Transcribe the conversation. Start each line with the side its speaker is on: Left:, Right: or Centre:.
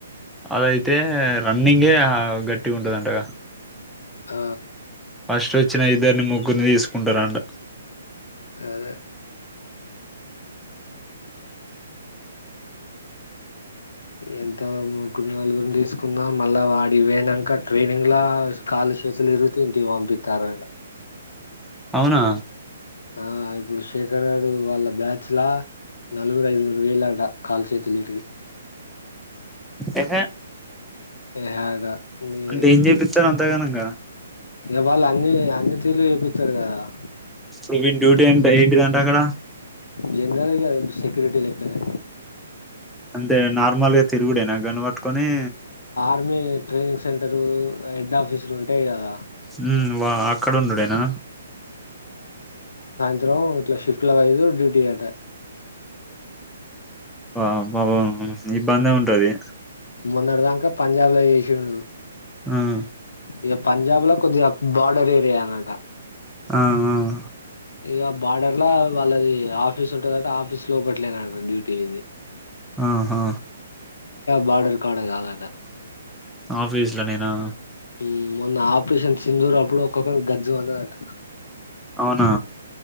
Centre: అద అయితే రన్నింగే హా గట్టిగా ఉంటది అంటగా.
Left: ఆ.
Centre: ఫస్ట్ వచ్చిన ఇద్దరిని, ముగ్గురిని తీసుకుంటార అంట.
Left: అదే. ఎంటా ముగ్గురు నలుగురిని తీసుకున్న మళ్ళా అడికి పోయినంక ట్రైనింగ్ లా కళ్లుశేతులు ఇరుగితే ఇంటికి పంపిస్తారట.
Centre: అవునా.
Left: ఆ ఇప్పుడు షేక్. <unintelligible> కరణ్ వాళ్ల బ్యాచ్ లా నలుగురు ఐదుగురు వేయుళ్లట కాలు చేతులు ఇరిగి.
Centre: ఏహే.
Left: అయ్య్ హడా, నీదే
Centre: అంటే ఏం చేపిస్తారు అంతగానంగా
Left: ఇగా, వాళ్లు అని ఆ? అతి <unintelligible> తెలివి చూపితరు కదా రా.
Centre: ఇపుడు వీన్ డ్యూటీ, అండ్ డైట్ గన్? దగ్గర.
Left: జనరల్‌గా సెక్యూరిటీ లేకనే.
Centre: అంతే నార్మల్‌గా తిరుగుడే నా? గన్ వాట్టుకొని?
Left: అర్మ ట్రైనింగ్ సెంటరు, హెడ్ ఆఫీసులు ఉంటాయి కదా?
Centre: ఉమ్మ్ వా అక్కడ ఉండుడేనా?
Left: ఇద్దరం, ఇట్లా షిఫ్ట్ల వైజ్ డ్యూటీ అంట.
Centre: ఫామ్. పాపం, ఇబ్బందే ఉంటది.
Left: మొన్నడ ధంకా, పంజాబ్ లా జేశిండు.
Centre: హ్మ్మ్.
Left: ఇగ పంజాబ్ లా, కొద్దిగా బార్డర్ ఏరియా అన్నట.
Centre: ఆ ఆ.
Left: ఇగ బార్డర్ లా, వాళ్లది ఆఫీసు ఉంటదంట, ఆఫీస్ లోపట్లే నంట, డ్యూటీ ఇంధీ.
Centre: ఆ హా!
Left: బార్డర్ కాడ, కధా ఆట.
Centre: ఆఫీస్ లో, నేనా!
Left: ఈ మొన్న, ఆపరేషన్ సిందూర్ అప్పుడు ఒక్కొక్కని, గజ్జ మనది అట.
Centre: అవునా.